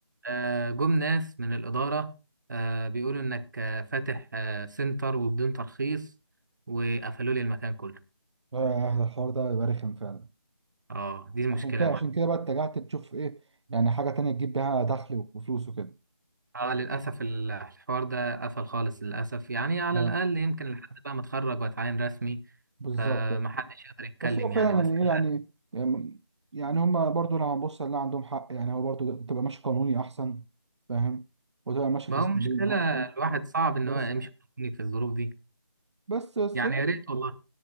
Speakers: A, on the right (about 45°); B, on the right (about 80°).
A: آه جم ناس من الإدارة آه بيقولوا إنك آه فاتح آه سنتر وبدون ترخيص وقفلوا لي المكان كله
B: آه، الحوار ده يبقى رخم فعلا
A: اه دي المشكلة
B: عشان كده
A: يا
B: عشان
A: معلم
B: كده بقى اتجهت تشوف ايه يعني حاجه تانية تجيب بيها دخل وفلوس وكده
A: اه للأسف ال- الحوار ده قفل خالص للأسف يعني على
B: اه
A: الأقل يمكن لحد بقى ما أتخرج وأتعين رسمي
B: بالظبط
A: فمحدش يقدر يتكلم
B: بس هو
A: يعني
B: فعلا
A: بس
B: يعني ايه
A: للأسف
B: يعني يعني هما برضو لو هنبص لا عندهم حق يعني هو برضو تبقى ماشي قانوني احسن فاهم وتبقى ماشي
A: ما
B: في السليم
A: هو مشكلة
B: احسن
A: الواحد صعب إن
B: بس
A: هو يمشي في الظروف دي
B: بس بس
A: يعني يا ريت والله